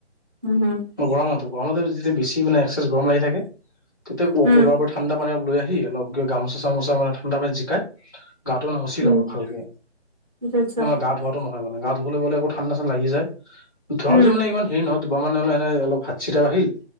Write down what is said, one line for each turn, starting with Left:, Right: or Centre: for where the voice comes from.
Right: উহো -
Left: গৰমতো গৰমতে যেয়া বেছি মানে একচেচ গৰম লাগী থাকে তেতিয়া
Right: উম
Left: কোলা প্ৰথা। ঠাণ্ডা পানী লৈ আহি অলপ গামোচা চামোচানে ঠাণ্ডা পানী জিকাই- গাটো মানে মুচিল
Right: উম
Left: অলপ ভালকে
Right: আচ্ছা আচ্ছা
Left: কিন্তু মানে গা ধোৱাতটো নহয় মানে গাত- ধুবলৈ গলে আকৌ ঠাণ্ডা চাণ্ডা লাগি যায় ধোৱাৰ
Right: উম
Left: পিছত মানে ইমান- এই নহয় দুবাৰ মান হ'লে এেনে অলপ হাত চিটা বা়হিল।